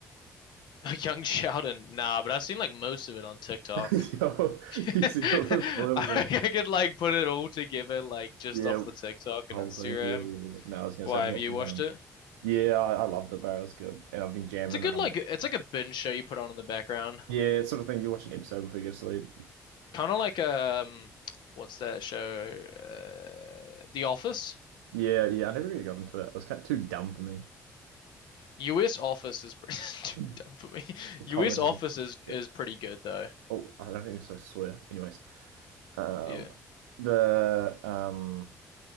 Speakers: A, on the left; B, on the right.
A: Young Sheldon, nah, but I've seen like most of it on TikTok.
B: <laughs> Yo,
A: <laughs>
B: you
A: I,
B: see all those spoilers
A: I
B: on
A: could like put it all together like just
B: Yeah,
A: off the TikTok and
B: whole
A: Instagram.
B: thing. Yeah, yeah, yeah. No, I was gonna
A: Why
B: say I'm
A: have
B: watching.
A: you watched
B: Um,
A: it?
B: yeah, I, I loved it, bro. It was good, and I've been jamming.
A: It's a good
B: Um,
A: like it's like a binge show you put on in the background.
B: yeah, it's sort of thing. You watch an episode before you go to sleep.
A: Kind of like um what's that show? Uh, The Office.
B: Yeah, yeah. I never really got into it. It was kind of too dumb for me.
A: US Office is pretty <laughs> too
B: The
A: dumb for me. <laughs> US
B: comedy.
A: Office is is
B: Yeah.
A: pretty good though.
B: Oh, I don't think it's so swear. Anyways, um,
A: Yeah.
B: the um,